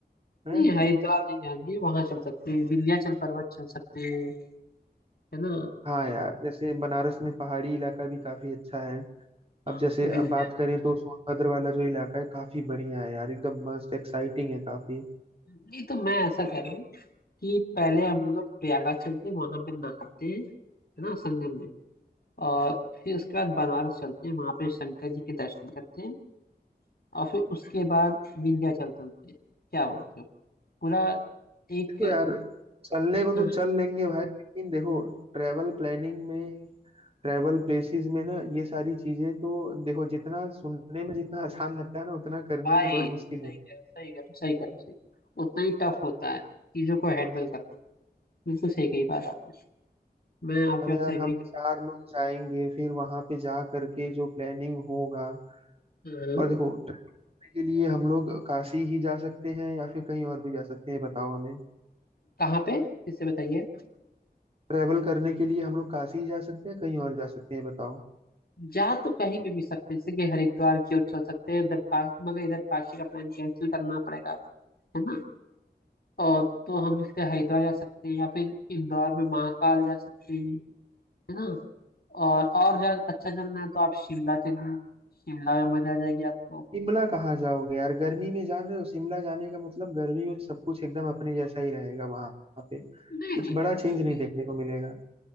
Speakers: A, on the right (about 35°); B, on the left (about 60°).
A: है
B: नहीं हरिद्वार नहीं जाएंगे वहां चल सकते हैं विंध्याचल पर्वत चल सकते हैं है ना
A: हाँ यार जैसे बनारस में पहाड़ी इलाका भी काफी अच्छा है
B: हाँ,
A: अब जैसे
B: विंध्याचल
A: अब बात करें तो सोनभद्र वाला जो इलाका है काफी बढ़िया है यार एकदम मस्त एक्साइटिंग है काफी
B: नहीं तो मैं ऐसा कह रहा हूँ कि पहले हम लोग प्रयागराज चलते हैं वहां पे नहाते हैं है ना संगम में और फिर उसके बाद बनारस चलते हैं वहां पे शंकर जी के दर्शन करते हैं और फिर उसके बाद विंध्याचल चलते हैं क्या बोलते हो पूरा एक
A: देखो यार चलने को तो
B: हाँ,
A: चल लेंगे भाई लेकिन देखो ट्रैवल प्लानिंग में ट्रैवल प्लेसेस में ना ये सारी चीजें तो देखो जितना सुनने में जितना आसान लगता है ना उतना करने
B: भाई
A: में थोड़ा
B: सही
A: मुश्किल होता
B: कह रहे हो सही कह रहे हो सही कह रहे हो सही उतना ही टफ होता है चीजों को हैंडल करना बिल्कुल सही कही बात आपने मैं आपकी
A: है अब
B: बात
A: यार
B: से एग्री
A: हम चार लोग जाएंगे फिर वहां पे जा करके जो प्लानिंग होगा
B: हम्म,
A: और देखो के लिए हम लोग काशी ही जा सकते हैं या फिर कहीं और भी जा सकते हैं ये बताओ हमें
B: कहाँ पे इसे बताइए
A: ट्रैवल करने के लिए हम लोग काशी ही जा सकते हैं कहीं और जा सकते हैं ये बताओ
B: जा तो कहीं पे भी सकते हैं जैसे कि हरिद्वार की ओर चल सकते हैं उधर का मगर इधर काशी का प्लान कैंसिल करना पड़ेगा है ना और तो हम इसके हरिद्वार जा सकते हैं या फिर इंदौर में महाकाल जा सकते हैं है ना और और ज्यादा अच्छा चलना है तो आप शिमला चलिए शिमला में मजा आ जाएगी आपको
A: शिमला कहाँ जाओगे यार गर्मी में जान रहे हो शिमला जाने का मतलब गर्मी में सब कुछ एकदम अपने जैसा ही रहेगा वहां पे
B: नहीं
A: कुछ
B: नहीं
A: बड़ा चेंज
B: फिर
A: नहीं
B: भी
A: देखने को मिलेगा